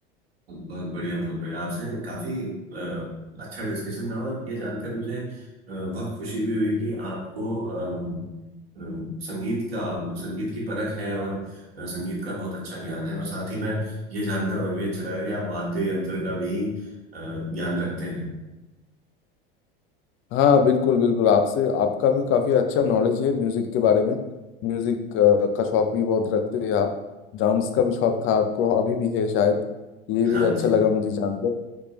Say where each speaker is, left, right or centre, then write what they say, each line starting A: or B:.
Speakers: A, on the right; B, on the left.
A: बहुत बढ़िया बहुत बढ़िया आपसे काफी अ, अच्छा डिस्कशन रहा और ये जानकर मुझे अ, बहुत खुशी भी हुई कि आपको अम, अम, संगीत का संगीत की परख है और अ, संगीत का बहुत अच्छा ज्ञान है और साथ ही मैं ये जानकर और भी अच्छा लगा कि आप वाद्य यंत्र का भी अ, ज्ञान रखते हैं
B: हाँ बिल्कुल बिल्कुल आपसे आपका भी काफी अच्छा नॉलेज है म्यूजिक के बारे में म्यूजिक अ, का शौक भी बहुत रखते हैं आप ड्राम्स का भी शौक था आपको अभी भी है शायद ये
A: हाँ
B: भी अच्छा
A: जी
B: लगा मुझे जानकर